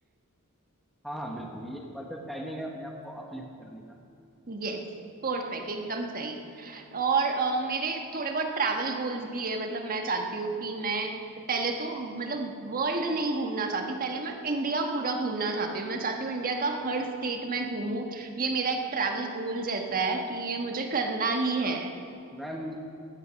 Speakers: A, in the centre; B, on the right (about 40°).
A: हाँ हाँ बिल्कुल ये परफेक्ट टाइमिंग है अपने आप को अपलिफ्ट करने का
B: यस परफेक्ट एकदम सही और अ, मेरे थोड़े बहुत ट्रैवल गोल्स भी है मतलब मैं चाहती हूँ कि मैं पहले तो मतलब वर्ल्ड नहीं घूमना चाहती पहले मैं इंडिया पूरा घूमना चाहती हूँ मैं चाहती हूँ इंडिया का हर स्टेट मैं घूमूं ये मेरा एक ट्रैवल गोल जैसा है कि ये मुझे करना ही है
A: मैम